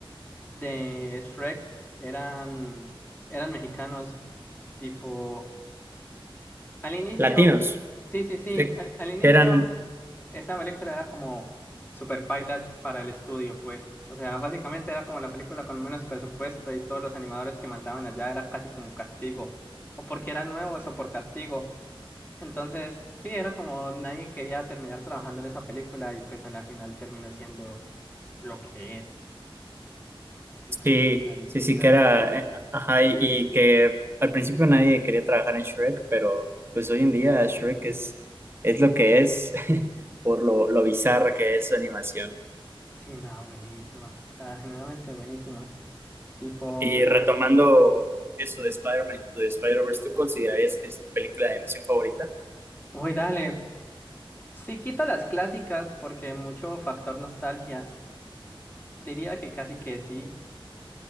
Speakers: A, on the left; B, on the right.
A: de Shrek eran, eran mexicanos. Tipo, al inicio,
B: Latinos,
A: sí, sí, sí,
B: sí,
A: al, al inicio
B: que eran
A: esa película era como super pailas para el estudio, pues. O sea, básicamente era como la película con menos presupuesto y todos los animadores que mandaban allá era casi como un castigo, o porque eran nuevos o por castigo. Entonces, sí, era como nadie quería terminar trabajando en esa película y pues a la final terminó siendo lo que es. Entonces,
B: Sí,
A: sí, dale,
B: sí,
A: curioso.
B: sí que era, eh, ajá, y, y que al principio nadie quería trabajar en Shrek, pero pues hoy en día Shrek es, es lo que es <laughs> por lo, lo bizarra que es su animación.
A: Sí, no, buenísima. O sea, generalmente buenísima. Tipo,
B: Y retomando eso de Spider-Man, Into the Spider-Verse, ¿tú considerarías que es tu película de animación favorita?
A: uy, dale. Si quito las clásicas porque mucho factor nostalgia, diría que casi que sí.